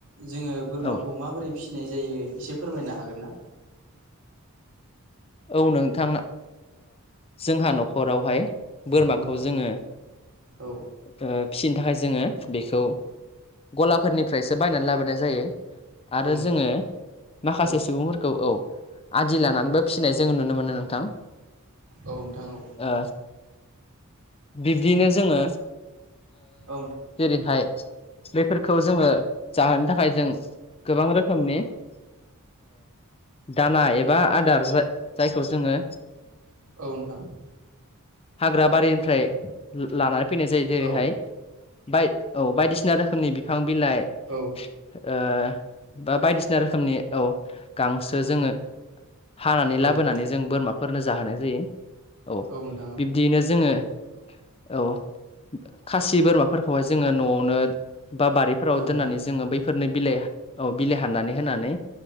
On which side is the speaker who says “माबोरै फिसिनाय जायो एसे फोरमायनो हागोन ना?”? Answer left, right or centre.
Right